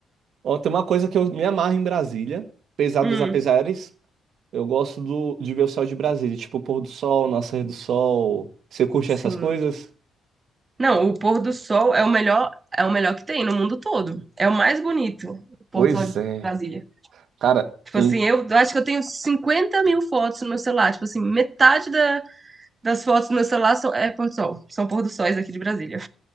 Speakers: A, on the right; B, on the right.
A: Ó, tem uma coisa que eu me amarro em Brasília, apesar
B: Hum,
A: dos apesares, eu gosto do, de ver o céu de Brasília, tipo o pôr do sol, nascer do sol. Você curte
B: sim.
A: essas coisas?
B: Não, o pôr do sol é o melhor, é o melhor que tem no mundo todo. É o mais bonito, o pôr
A: Pois
B: do sol de
A: é.
B: Brasília.
A: Cara,
B: Tipo
A: tem.
B: assim, eu acho que eu tenho 50 mil fotos no meu celular. Tipo assim, metade da- das fotos do meu celular são, é pôr do sol. São pôr do sóis aqui de Brasília.